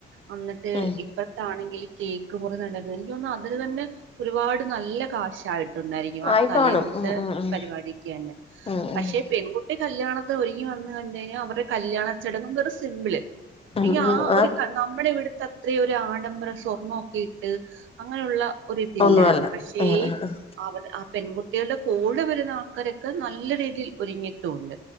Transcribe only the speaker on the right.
വന്നിട്ട്
ഇപ്പ <unintelligible> ആണെങ്കിൽ കേക്ക് മുറിനടക്കുന്നു എനിക്ക് തോന്നുന്നു അതിന് തന്നെ ഒരുപാട് നല്ല കാശായിട്ട് ണ്ടായിരിക്കും ആഹ്
തലേന്നത്തെ
പരിപാടിക്കന്നെ
പക്ഷെ
പെൺകുട്ടി കല്ല്യാണത്തി ഒരു വന്ന് ക കഴിഞ്ഞൽ അവരുടെ കല്യാണചടങ്ങുകൾ സിമ്പിള്
ആഹ്
ഒര്
നമ്മുടെ ഇവിടുത്തെ അത്രെരു ആഡംബര സ്വർണ്ണ ഒക്കെ അങ്ങനെയുള്ള ഒരിതില്ലായിരുന്നു
പക്ഷേ
അവർ ആ പെൺകുട്ടികളുടെ കൂ ടെ വരുന്ന ആൾക്കാരൊക്കെ നല്ല രീതിയിൽ ഒരുങ്ങിട്ടുണ്ട്